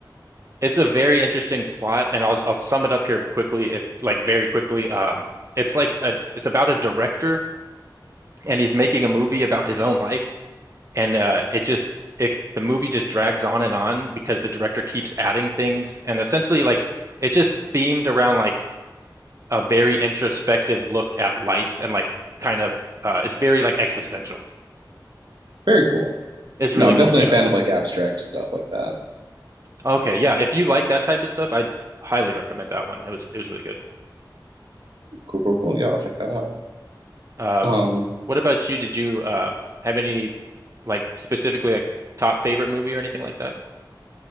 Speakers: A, on the right; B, on the right.
A: it's a very interesting plot, and I'll I'll sum it up here quickly. It like very quickly. Um, it's like a it's about a director, and he's making a movie about his own life, and uh, it just it the movie just drags on and on because the director keeps adding things, and essentially like it's just themed around like a very introspective look at life and like kind of uh it's very like existential.
B: Very cool.
A: It's
B: No,
A: really
B: I'm
A: cool,
B: definitely
A: yeah.
B: a fan of like abstract stuff like that.
A: Okay, yeah. If you like that type of stuff, i highly recommend that one. It was it was really good.
B: Cool, cool, cool. Yeah, I'll check that out.
A: Uh
B: Um,
A: what about you? Did you uh have any like specifically like top favorite movie or anything like that?